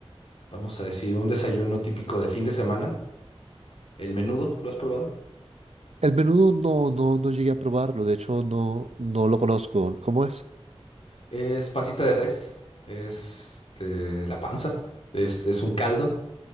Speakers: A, on the left (about 65°); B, on the right (about 85°).
A: vamos a decir, un desayuno típico de fin de semana, el menudo, ¿lo has probado?
B: El menudo no, no, no llegué a probarlo, de hecho no, no lo conozco. ¿Cómo es?
A: Es pancita de res, es este, la panza, es, es un caldo,